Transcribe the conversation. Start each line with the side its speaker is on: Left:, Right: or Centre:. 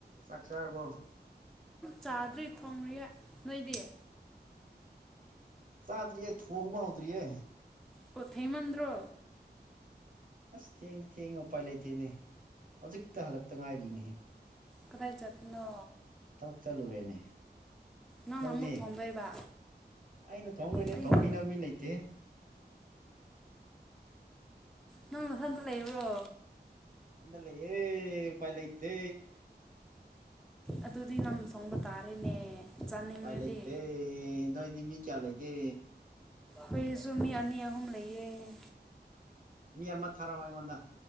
Right: ꯆꯥꯛꯁꯔꯔꯕꯣ
Centre: ꯆꯥꯗ꯭ꯔꯤ ꯊꯣꯡꯔꯤ ꯅꯣꯏꯗꯤ
Right: ꯆꯥꯗ꯭ꯔꯤꯌꯦ ꯊꯣꯡꯕ ꯍꯧꯗ꯭ꯔꯤꯌꯦ
Centre: ꯑꯣ ꯊꯦꯡꯃꯟꯗ꯭ꯔꯣ
Right: ꯑꯁ ꯊꯦꯡꯗꯤ ꯊꯦꯡꯉꯦ ꯎꯄꯥꯏ ꯂꯩꯇꯦꯅꯦ ꯍꯧꯖꯤꯛꯇ ꯍꯜꯂꯛꯇ ꯉꯥꯏꯔꯤꯅꯦꯍꯦ
Centre: ꯀꯗꯥꯥꯏ ꯆꯠꯄꯅꯣ
Right: ꯊꯕꯛ ꯆꯠꯂꯨꯔꯦꯅꯦ
Centre: ꯅꯪꯅ
Right: ꯅꯪꯗꯤ
Centre: ꯑꯃꯨꯛ ꯊꯣꯡꯗꯣꯏꯕ
Right: ꯑꯩꯅ ꯊꯣꯡ ꯂꯣꯏꯅꯦ
Centre: ꯑꯩꯗꯤ
Right: ꯊꯣꯡꯕꯤꯅꯕ ꯃꯤ ꯂꯩꯇꯦ
Centre: ꯅꯪ ꯃꯊꯟꯇ ꯂꯩꯕ꯭ꯔꯣ
Right: ꯊꯟꯗ ꯂꯩꯌꯦ ꯎꯄꯥꯢ ꯂꯩꯇꯦ
Centre: ꯑꯗꯨꯗꯤ ꯅꯪ ꯁꯪꯕ ꯇꯥꯔꯦꯅꯦ ꯆꯥꯅꯤꯡꯉꯗꯤ
Right: ꯄꯥꯏ ꯂꯩꯠꯇꯦ ꯅꯣꯏꯗꯤ ꯃꯤ ꯀꯌꯥ ꯂꯩ ꯒꯦ
Centre: ꯍꯨꯏꯁꯨ ꯃꯤ ꯑꯅꯤ ꯑꯍꯨꯝ ꯂꯩꯌꯦ
Right: ꯃꯤ ꯑꯃ ꯊꯥꯔꯛꯑꯣ ꯑꯩꯉꯣꯟꯗ